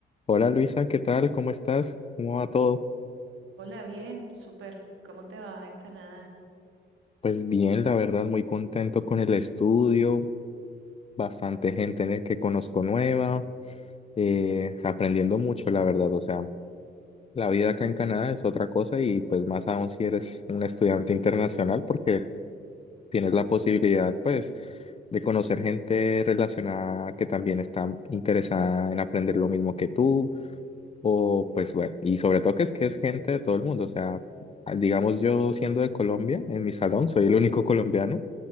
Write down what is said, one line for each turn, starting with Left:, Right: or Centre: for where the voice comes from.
Left: Hola Luisa, ¿qué tal? ¿Cómo estás? ¿Cómo va todo?
Right: Hola, bien, súper. ¿Cómo te va en Canadá?
Left: Pues bien, la verdad, muy contento con el estudio, bastante gente en el que conozco nueva, eh, aprendiendo mucho, la verdad. O sea, la vida acá en Canadá es otra cosa y pues más aún si eres un estudiante internacional porque tienes la posibilidad pues de conocer gente relacionada que también está interesada en aprender lo mismo que tú O pues bueno, y sobre todo que es que es gente de todo el mundo, o sea, a- digamos yo siendo de Colombia, en mi salón soy el único colombiano